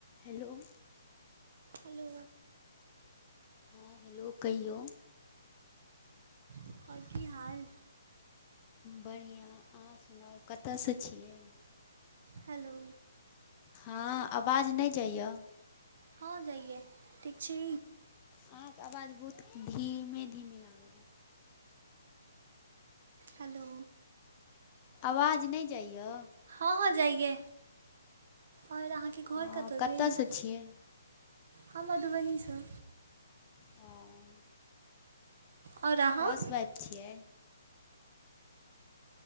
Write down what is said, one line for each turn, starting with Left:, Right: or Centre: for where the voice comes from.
Left: Hello
Right: hello
Left: हां hello कहियौ।
Right: आओर की हाल?
Left: बढ़िया अहां सुनाउ कतय से छियै?
Right: हेलो।
Left: हां आवाज नै जाय यै।
Right: हां जाए यै, ठीक छी।
Left: अहांके आवाज बहुत धीमे-धीमे आबै यै।
Right: हेलो।
Left: आवाज नै जाइयै?
Right: हां-हां जाइ यै और अहांके
Left: हँ,
Right: घर कतय
Left: कतयसँ
Right: भेल?
Left: छियै
Right: हम मधुबनी से।
Left: हां।
Right: आओर अहाँ
Left: हाउस-वाइफ छियै।